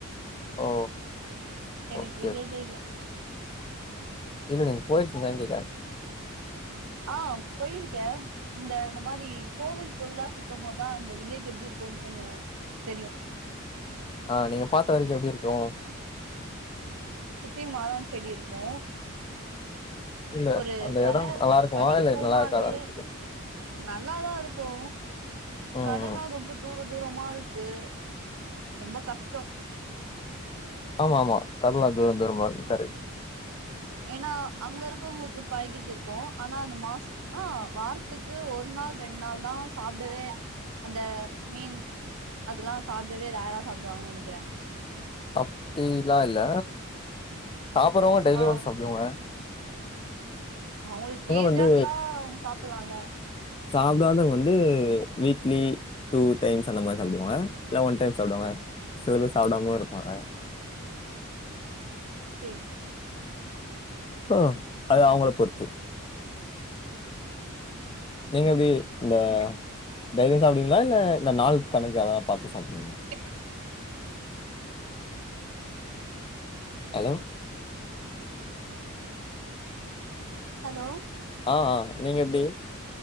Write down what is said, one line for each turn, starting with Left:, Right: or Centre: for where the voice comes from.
Left: ஓ
Right: எனக்கு
Left: ஓகே
Right: விலேஜேக்ல்ல
Left: ஓகே
Right: <unintelligible>
Left: இல்ல நீங்க போய் இருக்கீங்களான்னு கேக்குறே
Right: அ போயிருக்கே இந்த இந்த மாரி கோவில் கோவில சுத்த போதா அந்த வில்லேஜ் எப்படி இருக்குனு கொஞ்ச தெரியு
Left: அ நீங்க பாத்த வரைக்கு எப்டி இருக்கு
Right: சுத்தி மரோ செடி இருக்கு
Left: இல்ல
Right: ஒரு
Left: அந்த
Right: கட
Left: எடோ நல்லா இருக்குமா
Right: கடக்கி
Left: இல்ல
Right: போனாலே
Left: நல்லா இருக்காதான்னு கேக்குறே
Right: ந நல்லாத இருக்கு
Left: ம்
Right: கடனா
Left: ம்
Right: ரொம்ப தூர துரமா இருக்கு ரொம்ப கஷ்டொ
Left: ஆமா ஆமா கட்லா தூர தூரமா இருக் கரெக்ட்
Right: என்னா அங்க இருக்காங்களுக்கு பழகிட்டு இருக்கு அனா அந்த மாச் அ வாரத்துக்கு ஒரு நாள் ரெண் நாள் தா சாப்டவே அந்த மீன் அதுல்லா சாப்டவே ரேரா சாப்டுவாங்கு நினக்கிறே
Left: அப்டிலா இல்ல சாப்பரங்க டெய்லி
Right: ஆ
Left: வந்து சாப்டுவங்க
Right: அவளுக் ஈஸியா
Left: வந்து
Right: இருந்த அவங்க சாப் <unintelligible>
Left: சாப்பிடாதவங் வந்து வீக்லி டூ டைம்ஸ் அந்த மாரி சாப்டுவாங்க இல்ல ஒன் டைம் சாப்டுவாங்க சில பேர் சாப்படாமயு இருப்பங்க
Right: சேர் சேர்
Left: அ அது அவங்கள பொறுத்து நீங்க இப்படி இந்த தைலி சாப்பிடீங்களா இல்ல இந்த நாள் கணக்கு அதெல்லா பாத்து சாப்டுவிங்
Right: <unintelligible>
Left: ஹலோ
Right: ஹலோ
Left: அ அ நீங்க எப்டி